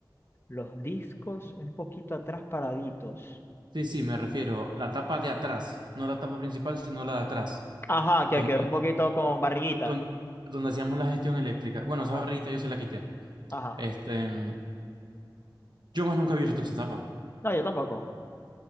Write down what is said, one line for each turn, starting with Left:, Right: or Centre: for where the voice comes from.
Left: los discos un poquito atrás paraditos.
Right: Sí, sí, me refiero, la tapa de atrás, no la tapa principal, sino la de atrás.
Left: Ajá,
Right: donde,
Left: que quedó un poquito con
Right: do-
Left: barriguita.
Right: do- don- donde, hacíamos la gestión eléctrica. Bueno,
Left: Ajá,
Right: esa barriguita yo se la quité.
Left: ajá.
Right: Este, yo más nunca he visto esa etapa.
Left: No, yo tampoco,